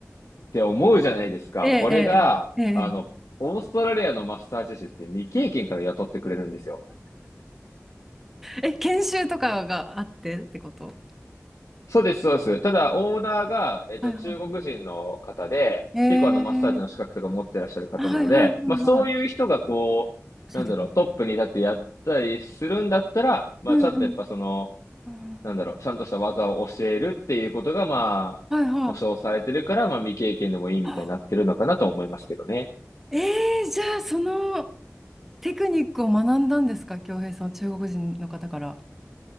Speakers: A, on the left; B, in the centre.
A: て思うじゃないですか。
B: ええ、
A: これが、
B: ええ、ええ。
A: あの、オーストラリアのマッサージ師って未経験から雇ってくれるんですよ。
B: え、え研修とかがあってってこと
A: そうです、そうです。ただ、オーナーが、えっと、
B: はいは
A: 中国人の方で、
B: い。ええ。
A: 結構あの、マッサージの資格とか持ってらっしゃる方なので、
B: あはいはいはいは
A: まあ、そういう人がこう、
B: い。教えてください。
A: なんだろう、トップに立ってやったりするんだったら、まあ、
B: うんうん。
A: ちゃんとやっぱその、
B: うん
A: なんだろう、ちゃんとした技を教えるっていうことが、まあ、
B: はいはい。
A: 保証されてるから、まあ、未経験でもいいみたいになってるのかなと思いますけどね。
B: あええ、じゃあそのテクニックを学んだんですか京平さん、中国人の方から。